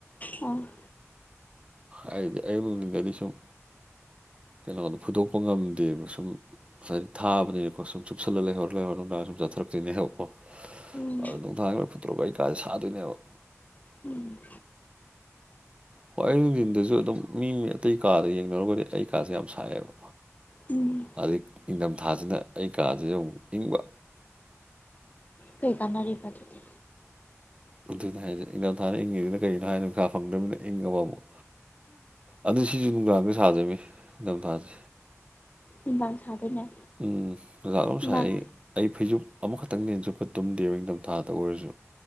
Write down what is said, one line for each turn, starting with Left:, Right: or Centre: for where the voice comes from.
Left: ꯑꯣ
Right: ꯍꯥꯏꯗꯤ ꯑꯩꯌꯨꯛ ꯅꯨꯡꯗꯤꯟꯗꯗꯤ ꯁꯨꯝ ꯀꯩꯅꯣꯗꯨ ꯐꯨꯗꯣꯛꯄ ꯉꯝꯗꯦꯕ ꯁꯨꯝ ꯉꯁꯥꯏ ꯊꯥꯕꯅꯤꯅꯀꯣ ꯁꯨꯝ ꯆꯨꯞꯜꯂ ꯂꯩꯍꯧꯔ ꯂꯩꯍꯧꯣ ꯅꯨꯡꯗꯥꯡ ꯁꯨꯝ ꯆꯠꯊꯔꯛꯇꯣꯏꯅꯦ ꯍꯥꯏꯕꯀꯣ
Left: ꯎꯝ
Right: ꯑ ꯅꯨꯡꯊꯥꯡꯗ ꯐꯨꯠꯗꯣꯔꯒ ꯑꯩ ꯀꯥꯁꯦ ꯁꯥꯗꯣꯏꯅꯦꯕ
Left: ꯎꯝ
Right: ꯍꯣꯏ ꯑꯩ ꯅꯨꯡꯊꯤꯟꯗꯁꯨ ꯑꯗꯨꯝ ꯃꯤ ꯑꯇꯩ ꯀꯥꯗ ꯌꯦꯡꯅꯔꯨꯔꯒꯗꯤ ꯑꯩ ꯀꯥꯁꯦ ꯌꯥꯝ ꯁꯥꯏꯑꯦꯕ
Left: ꯎꯝ
Right: ꯑꯗꯩ ꯏꯪꯊꯝꯊꯥꯁꯤꯅ ꯑꯩ ꯀꯥꯗꯨꯗ ꯑꯃꯨꯛ ꯏꯪꯕ
Left: ꯀꯩꯀꯥꯟꯅꯔꯤꯕꯗꯨꯗꯤ
Right: ꯑꯗꯨꯅ ꯍꯥꯏꯁꯦ ꯏꯪꯊꯝꯊꯥꯅ ꯏꯪꯉꯤꯁꯤꯅ ꯀꯔꯤꯅꯣ ꯍꯥꯏꯅ ꯄꯩꯁꯥ ꯐꯪꯗꯕꯅꯤꯅ ꯏꯪꯉꯕ ꯑꯃꯨꯛ ꯑꯗꯨ ꯁꯤꯁꯨ ꯅꯨꯡꯗꯥꯡꯗ ꯁꯥꯗꯣꯏꯅꯤ ꯅꯤꯡꯊꯝꯊꯥꯁꯦ
Left: ꯅꯨꯡꯗꯥꯡ ꯁꯥꯗꯣꯏꯅꯦ
Right: ꯎꯝ ꯑꯣꯖꯥ ꯑꯃ
Left: ꯅꯨꯡꯗꯥꯡ
Right: ꯁꯥꯏ ꯑꯩ ꯑꯩ ꯐꯩꯖꯨꯞ ꯑꯃꯈꯛꯇꯪ ꯅꯦꯟ ꯆꯨꯞꯄ ꯇꯨꯝꯗꯦꯕ ꯅꯤꯡꯊꯝꯊꯥꯗ ꯑꯣꯏꯔꯁꯨ